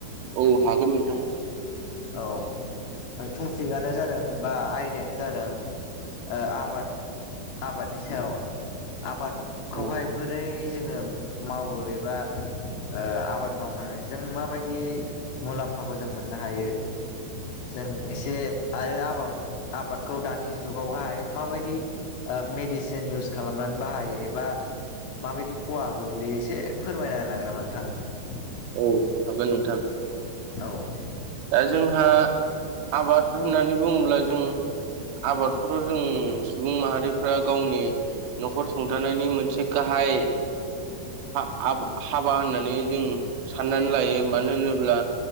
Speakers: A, on the right (about 80°); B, on the left (about 85°).
A: औ हागोन नोंथां
B: औ टपिकनो जादों एबा आयदायानो जादों ओ आबाद आबादनि सायाव आबादखौहाय
A: औ
B: बोरै जोङो मावो एबा ओ आबाद मावनानै जों माबायदि मुलाम्फाखौ जों मोननो हायो। जों एसे आरो आबाद आबाद खौ दानि जुगावहाय माबायदि मेडिसिन इउस खालामनानै बाहायो एबा माबायदि खहा गोख्लैयो एसे फोरमायना होनो हागोन नामा नोंथाङा?
A: औ हागोन नोंथां
B: औ
A: दा जोंहा आबाद होननानै बुङोब्ला जों आबादखौथ' जों सुबुं माहारिफ्रा गावनि न'खर सुंथानायनि मोनसे गाहाय हाबा होननानै जों साननानै लायो मानो होनोब्ला।